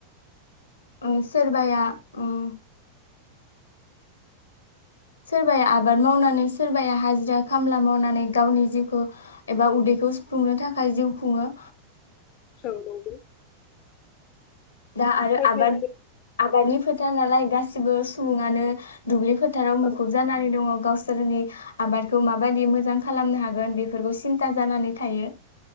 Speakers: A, on the left; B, on the left.
A: ओ सोरबाया ओम सोरबाया आबाद मावनानै सोरबाया हाजिरा खामला मावनानै गावनि जिउखौ एबा उदैखौ सुफुंनो थाखाय जिउ खुङो
B: औ नंगौ
A: दा आरो
B: खायफाया
A: आबाद आबादनि फोथार नालाय गासिबो सिबो सुबुङानो दुब्लिफो थाराव मुखुब
B: आरो औ
A: जानानै दङ। गावसोरनि आबादखौ माबायदि मोजां खालामनो हागोन बेफोरखौ सिन्था जानानै थायो।